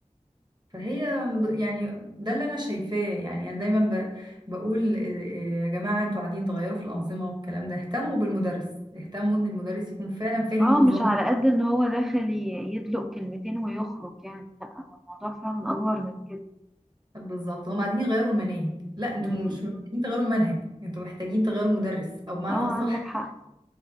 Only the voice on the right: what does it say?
فهي ب- يعني ده اللي انا شايفاه يعني انا دايما ب... بقول آه، آه، يا جماعة انتوا قاعدين تغيروا في الأنظمة والكلام ده اهتموا بالمدرس اهتموا ان المدرس يكون فعلا فاهم
النظام
بالظبط هم قاعدين يغيروا المناهج لا انتوا
مش محتاجين تغيروا المنهج انتوا محتاجين تغيروا مدرس او بمعنى
اصح